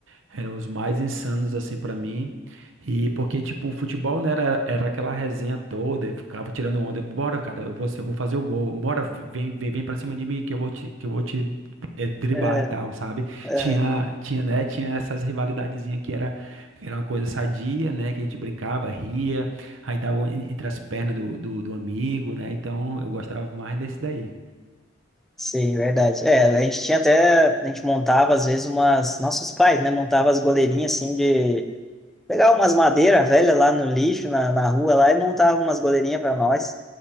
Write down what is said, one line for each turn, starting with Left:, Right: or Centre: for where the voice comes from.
Right: Eram os mais insanos, assim, pra mim. E porque, tipo, o futebol, né, era, era aquela resenha toda, eu ficava tirando onda. Bora, cara, eu vou, ser- eu vou fazer o gol. Bora, vem, vem, vem pra cima de mim que eu vou te, que eu vou te eh, driblar
Centre: é,
Right: e tal, sabe?
Centre: é,
Right: Tinha, tinha, né, tinha essas rivalidadezinhas que era, que era uma coisa sadia, né, que a gente brincava, ria, aí dava um en- entre as pernas do, do, do amigo, né? Então, eu gostava mais desse daí.
Centre: sim, verdade. É, a gente tinha até, a gente montava às vezes umas, nossos pais, né? Montava as goleirinhas assim de, pegava umas madeiras velhas lá no lixo, na, na rua lá e montava umas goleirinhas para nós.